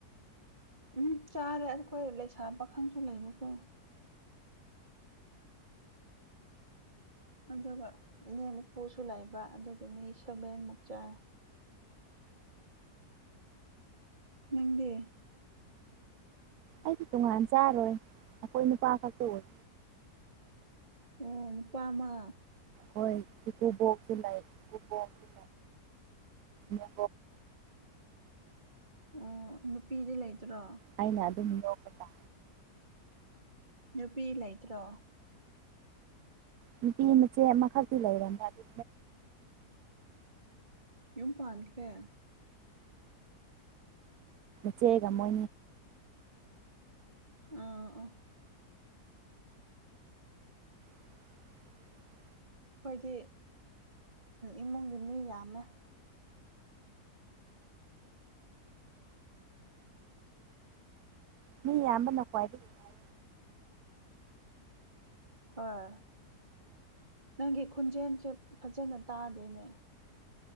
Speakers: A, on the right (about 30°); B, on the right (about 70°).
A: ꯎꯝ ꯆꯥꯔꯦ ꯑꯩꯈꯣꯏ ꯂꯩꯁꯥ ꯄꯥꯈꯪꯁꯨ ꯂꯩꯕꯀꯣ ꯑꯗꯨꯒ ꯏꯅꯦ ꯏꯠꯄꯨꯁꯨ ꯂꯩꯕ ꯑꯗꯨꯒꯤ ꯃꯤ ꯁꯚꯦꯟꯃꯨꯛ ꯆꯥꯏ ꯅꯪꯗꯤ
B: ꯑꯩꯗꯤ ꯇꯣꯉꯥꯟ ꯆꯥꯔꯣꯏ ꯑꯩꯈꯣꯏ ꯅꯨꯄꯥ ꯈꯛꯇ ꯑꯣꯏ
A: ꯑꯣ ꯅꯨꯄꯥꯃ
B: ꯍꯣꯏꯨꯕꯁꯨ ꯂꯩ ꯌꯦꯄꯦ ꯃ
A: ꯑꯣ ꯅꯨꯄꯤꯗꯤ ꯂꯩꯇ꯭ꯔꯣ
B: ꯑꯩꯅ ꯑꯗꯨꯝ ꯌꯣꯛꯄ ꯇꯥ
A: ꯅꯨꯄꯤ ꯂꯩꯇ꯭ꯔꯣ
B: ꯅꯨꯄꯤ ꯃꯆꯦ ꯑꯃꯈꯛꯇꯤ ꯂꯩꯔꯕꯅꯤ꯭ꯔ ꯑꯗꯨ
A: ꯌꯨꯝ ꯄꯥꯟꯈ꯭ꯔꯦ
B: ꯆꯒ ꯃ
A: ꯑꯥꯥ
B: <inaudible>
A: ꯑꯩꯈꯣꯏꯗꯤ ꯏꯃꯨꯡꯒꯤ ꯃꯤ ꯌꯥꯝꯃꯦ
B: ꯃꯤ ꯌꯥꯝꯌꯥꯝꯕꯅ ꯈ꯭ꯋꯥꯏꯗꯒꯤꯥꯏ
A: ꯍꯣꯏ ꯅꯪꯒꯤ ꯈꯨꯣꯟꯖꯦꯜꯁꯦ ꯐꯖꯅ ꯇꯥꯗꯣꯏꯅꯦ